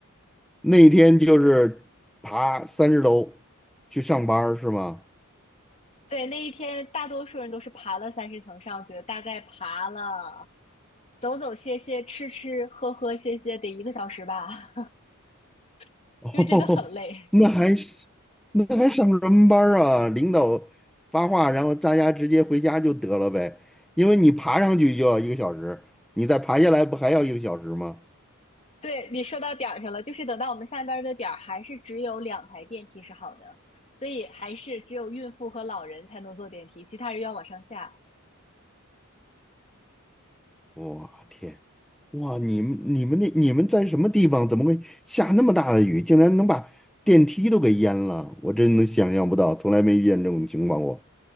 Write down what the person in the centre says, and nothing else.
那一天就是爬三十楼去上班儿是吗？
<laughs> 哦，
那还是那还上什么班儿啊？领导发话，然后大家直接回家就得了呗。因为你爬上去就要一个小时，你再爬下来不还要一个小时吗？
我天，哇你们你们那你们在什么地方？怎么会下那么大的雨，竟然能把电梯都给淹了？我真的想象不到，从来没遇见这种情况过。